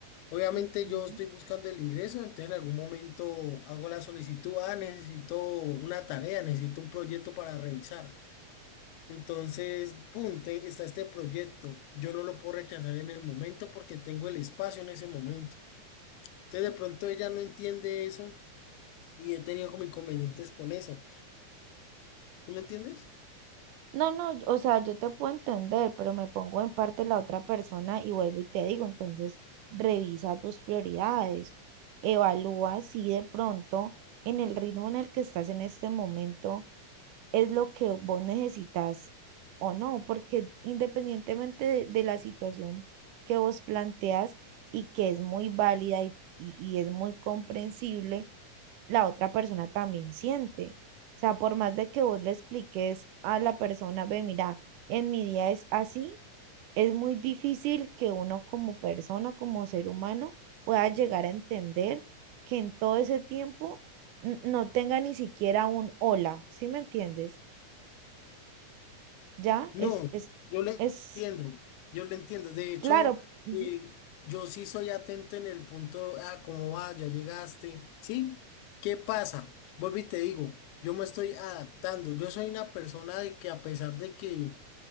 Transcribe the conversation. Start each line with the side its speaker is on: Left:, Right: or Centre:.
Left: Obviamente
Right: Ujú.
Left: yo estoy buscando el ingreso, entonces en algún momento hago la solicitud, ah, necesito una tarea, necesito un proyecto para revisar. Entonces, pum, te- está este proyecto, yo no lo puedo rechazar en el momento porque tengo el espacio en ese momento. Entonces de pronto ella no entiende eso y he tenido como inconvenientes con eso. ¿Tú me entiendes?
Right: No, no, o sea, yo te puedo entender, pero me pongo en parte la otra persona y vuelvo y te digo, entonces revisa tus prioridades, evalúa si de pronto en el ritmo en el que estás en este momento. es lo que vos necesitas o no, porque independientemente de, de la situación que vos planteas y que es muy válida y, y- y es muy comprensible, la otra persona también siente. O sea, por más de que vos le expliques a la persona, ve, mira, en mi día es así, es muy difícil que uno como persona, como ser humano, pueda llegar a entender que en todo ese tiempo n- no tenga ni siquiera un hola, ¿sí me entiendes? ya,
Left: No,
Right: es, es,
Left: yo le
Right: es
Left: entiendo, yo le entiendo. De hecho,
Right: claro, ujú,
Left: eh, yo sí soy atento en el punto, ah, cómo va, ya llegaste, ¿sí? ¿Qué pasa? Vuelvo y te digo, yo me estoy adaptando. Yo soy una persona de que a pesar de que